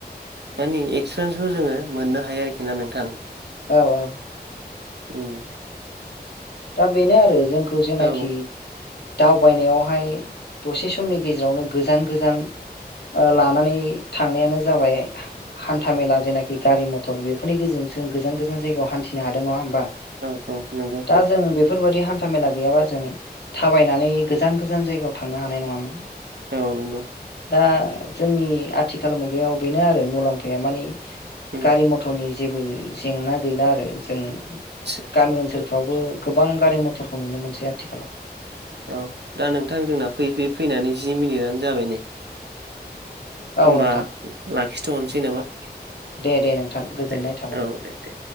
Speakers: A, on the right; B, on the left.
A: मानि एक्सपिरियेन्सखौ जोङो मोननो हायो आरोखि ना नोंथां।
B: औ औ।
A: उम
B: दा बेनो आरो जोंखौ जेनाखि
A: औ
B: दावबायनायावहाय दसे समनि गेजेरावनो गोजान गोजान ओ लानानै थांनायानो जाबाय हान्थाामेला जेनाखि गारि मथर बेफोरनि गेजों जों गोजान गोजान जायगायाव हान्थिनो हादों नङा होमबा?
A: औ औ नंगौ।
B: दा जों बेफोरबायाददि हान्था मेला गैयाबा जों थाबायनानै गोजान गोजान जायगायाव थांनो हानाय नङामोन।
A: औ नंगौ।
B: दा जोंनि आथिखाल मुगायाव बेनो आरो मुलाम्फाया मानि
A: उम
B: गारि मथरनि जेबो जेंना गैला आरो जों
A: आदसा
B: गामि ओनसोल बो गोबां गारि मथरखौ नुनो मोनसै आथिखालाव।
A: औ दा नोंथां जोंना फैयै फैयै फैनानै जि मिनिटआनो जाबाय नै। होमबा
B: औ नोंथां
A: लाखिथ'नसै नामा?
B: दे दे नोंथां गोजोननाय
A: दे
B: थाबाय।
A: औ दे दे